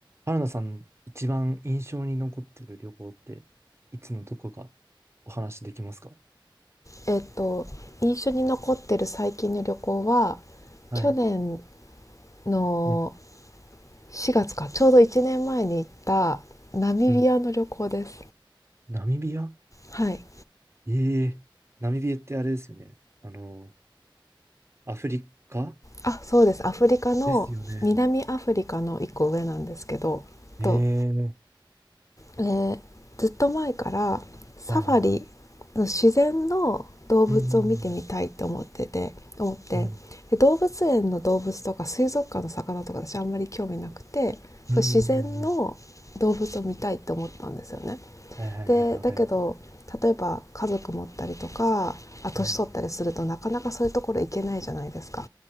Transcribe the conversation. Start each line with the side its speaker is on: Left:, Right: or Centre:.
Right: 原田さん、一番印象に残ってる旅行って、いつのどこかお話できますか
Left: えっと印象に残ってる最近の旅行は
Right: はい。
Left: 去年の
Right: うん。
Left: 4月かちょうど1年前に行ったナミビアの旅行です。
Right: うん。ナミビア
Left: はい、
Right: ええナミビアってあれですよね。あの、アフリカ
Left: あそうですアフリカの南アフリカの1個上なんですけどと
Right: ですよね。ええ
Left: えーずっと前からサファリ
Right: はいはいはい。
Left: の自然の動物を見てみたいと思ってて思ってで動物園の動物とか水族館の魚とか私あんまり興味なくて自然の動物を見たいと思ったんですよね。
Right: うん。うん。うん。うんうんうんはいはいはい。
Left: でだけど例えば家族持ったりとかあ年取ったりするとなかなかそういうところ行けないじゃないですか。
Right: わかります。うん。